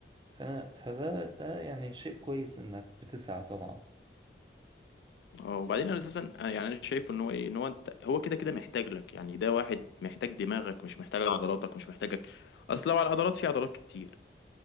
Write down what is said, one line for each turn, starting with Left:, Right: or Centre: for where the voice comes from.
Right: فانا فده ده يعني شيء كويس انك بتسعى طبعا
Left: اه وبعدين انا اساسا آه، يعني انا شايف ان هو ايه ان هو انت هو كده كده محتاج لك يعني ده واحد محتاج دماغك مش محتاج عضلاتك مش محتاجك اصل لو على العضلات في عضلات كتير